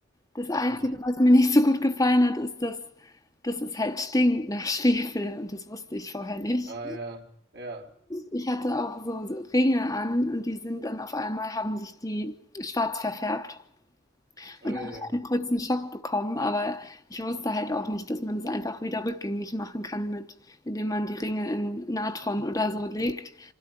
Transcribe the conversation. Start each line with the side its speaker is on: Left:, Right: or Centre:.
Left: Das Einzige,
Right: Mhm.
Left: was mir nicht so gut gefallen hat, ist, dass, dass es halt stinkt nach Schwefel und das wusste ich vorher nicht.
Right: Ah ja, ja,
Left: ich hatte auch so so Ringe an und die sind dann auf einmal, haben sich die schwarz verfärbt.
Right: ui,
Left: Und da habe ich einen kurzen Schock bekommen, aber ich wusste halt auch nicht, dass man es einfach wieder rückgängig machen kann, mit, indem man die Ringe in Natron oder so legt.